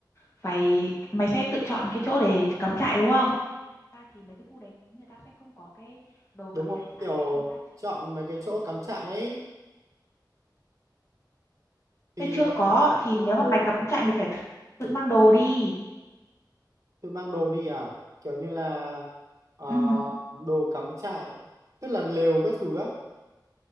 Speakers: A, on the left; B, on the right.
A: phải mày sẽ tự chọn cái chỗ để cắm trại đúng không ta thì mấy cái khu đấy người ta sẽ không có cái đồ cắm
B: Đúng
A: trại
B: không?
A: sẵn
B: Kiểu
A: đấy người ta ch-
B: chọn mấy cái chỗ cắm trại ấy thì
A: sẽ chưa
B: ờ,
A: có thì
B: ờ,
A: nếu mà
B: ờ,
A: mày cắm trại mày phải tự tự mang đồ đi
B: tôi mang đồ đi à? Kiểu như là ờ,
A: ừ
B: đồ cắm trại tức là lều các thứ á,